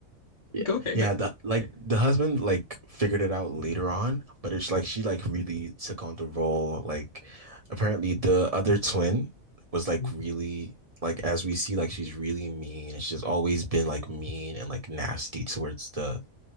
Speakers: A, on the right; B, on the left.
A: Yeah.
B: <laughs> Go ahead.
A: Yeah, the like the husband like figured it out later on, but it's like she like really took on the role. Like apparently the other twin was like
B: Mm.
A: really like as we see like she's really mean and she's always been like mean and like nasty towards the